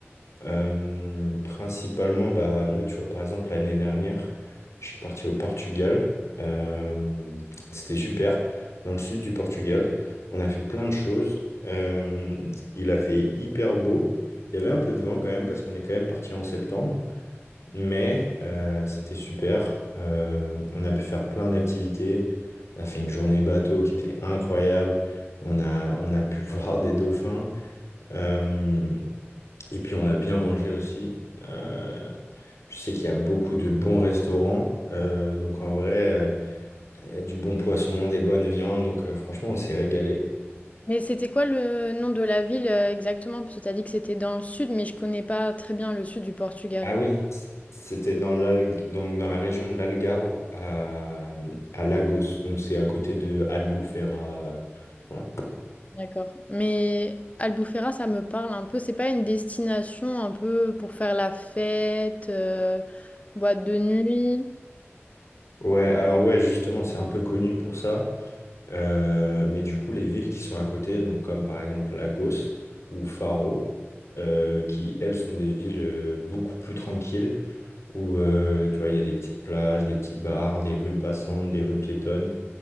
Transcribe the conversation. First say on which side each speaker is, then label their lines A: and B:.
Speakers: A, on the left (about 85°); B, on the left (about 30°).
A: Euh, principalement, bah, là, tu vois, par exemple, l'année dernière, je suis parti au Portugal. Euh, c'était super. Dans le sud du Portugal, on a fait plein de choses. Euh, il a fait hyper beau. Il y avait un peu de vent quand même, parce qu'on est quand même parti en septembre. Mais euh, c'était super. Euh, on a pu faire plein d'activités. On a fait une journée bateau qui était incroyable. On a, on a pu <laughs> voir des dauphins. Euh, et puis on a bien mangé aussi. Euh, je sais qu'il y a beaucoup de bons restaurants. Euh, donc en vrai, euh, il y a du bon poisson, des bonnes viandes. Donc euh, franchement, on s'est régalé.
B: Mais c'était quoi le nom de la ville, heu, exactement? Parce que tu as dit que c'était dans le sud, mais je connais pas très bien le sud du Portugal.
A: Ah oui, c- c'était dans l'Al- donc dans la région de l'Algarve à, à Lagos. Donc c'est à côté de Albufeira. euh, voilà.
B: D'accord. Mais Albufeira, ça me parle un peu. C'est pas une destination un peu pour faire la fête, euh, boîte de nuit.
A: Ouais, alors ouais, justement, c'est un peu connu pour ça. Euh, mais du coup, les villes qui sont à côté, donc comme par exemple Lagos ou Faro, euh, qui elles sont des villes euh, beaucoup plus tranquilles, où euh, tu vois, il y a des petites plages, des petits bars, des rues passantes, des rues piétonnes.